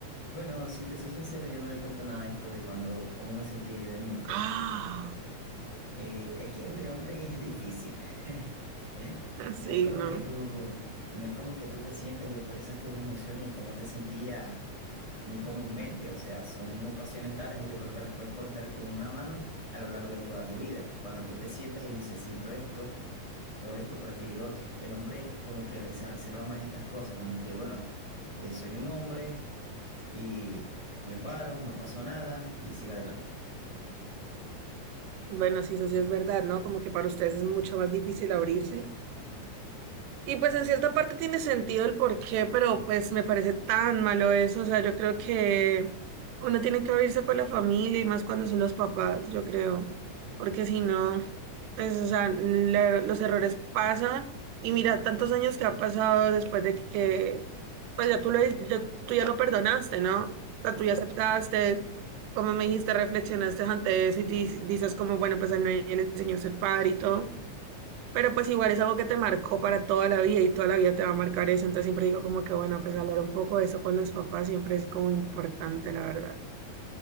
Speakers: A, on the right; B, on the right.
A: Bueno, si te soy sincero, yo no le cuento nada de esto de cuando, cómo me sentía yo de niño, pues.
B: Ah,
A: Eh, es que entre
B: <laughs>
A: hombres es difícil. <laughs>
B: sí,
A: No es como
B: no.
A: que tú, no es como que tú te sientas y expresas tus emociones y cómo te sentías muy comúnmente. O sea, son ocasiones raras y yo creo que las puedes contar con una mano a lo largo de toda tu vida. Cuando tú te sientas y dices, siento esto, por esto, por aquello y lo otro. El hombre es como que se reserva más estas cosas, como que, bueno, eh, soy un hombre y me paro, no pasó nada y sigo adelante.
B: Bueno, sí, eso sí es verdad, ¿no? Como que para ustedes es mucho más difícil abrirse. Y pues en cierta parte tiene sentido el porqué, pero pues me parece tan malo eso. O sea, yo creo que uno tiene que abrirse con la familia y más cuando son los papás, yo creo. Porque si no, pues, o sea, la- los errores pasan. Y mira, tantos años que han pasado después de que, pues ya tú lo, ya, tú ya lo perdonaste, ¿no? O sea, tú ya aceptaste, como me dijiste, reflexionaste ante eso y di- dices como, bueno, pues al no le enseñó a ser padre y todo. Pero pues igual es algo que te marcó para toda la vida y toda la vida te va a marcar eso. Entonces siempre digo como que bueno, pues hablar un poco de eso con los papás siempre es como importante, la verdad.